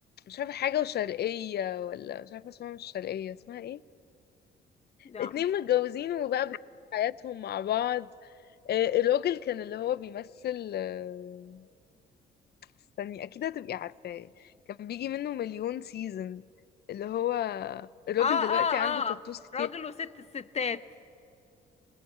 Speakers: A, on the left; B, on the left.
A: مش عارفة حاجة وشرقية ولا مش عارفة اسمها مش شرقية اسمها ايه
B: لا
A: اتنين
B: مش
A: متجوزين وبقى بيعيشوا حياتهم مع بعض آه، الراجل كان اللي هو بيمثل آه، استني اكيد هتبقي عارفاه كان بيجي منه مليون سيزون اللي هو الراجل
B: اه اه
A: دلوقتي عنده تاتوز
B: اه
A: كتير
B: راجل وست الستات